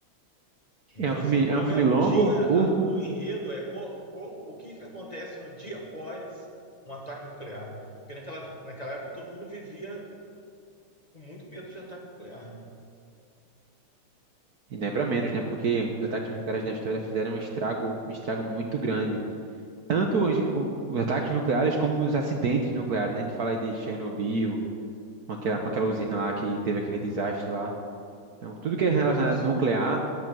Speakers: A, on the left (about 20°); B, on the right (about 55°).
A: Então,
B: É um filme,
A: assim,
B: é
A: como
B: um filme
A: é o
B: longo,
A: dia,
B: curto,
A: a- o enredo é co- como, o que que acontece no dia após um ataque nuclear. Porque naquela, naquela época todo mundo vivia com muito medo de ataque nuclear, né?
B: e não é pra menos, né? Porque os ataques nucleares na história fizeram um estrago, um estrago muito grande. Tanto os, o- os ataques nucleares como os acidentes nucleares, né? A gente fala aí de Chernobyl, com aquela, com aquela usina lá que teve aquele desastre lá. Então, tudo que é relacionado
A: Inclu-
B: a nuclear